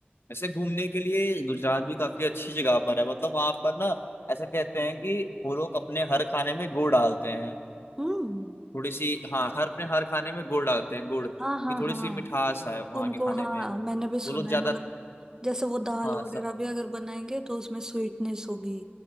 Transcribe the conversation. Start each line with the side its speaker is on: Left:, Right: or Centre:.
Left: वैसे घूमने के लिए गुजरात भी काफी अच्छी जगह पर है मतलब वहां पर ना ऐसा कहते हैं कि वो लोग अपने हर खाने में गुड़ डालते हैं
Right: हम्म
Left: थोड़ी सी हाँ हर अपने हर खाने में गुड़ डालते हैं गुड़
Right: हाँ
Left: की
Right: हाँ
Left: थोड़ी
Right: हाँ
Left: सी मिठास है वहाँ
Right: उनको
Left: के खाने
Right: हाँ
Left: में
Right: मैंने भी सुना
Left: वो लोग ज्यादा
Right: है मतलब जैसे वो दाल
Left: हाँ
Right: वगैरह
Left: स,
Right: भी अगर बनाएंगे तो उसमें स्वीटनेस होगी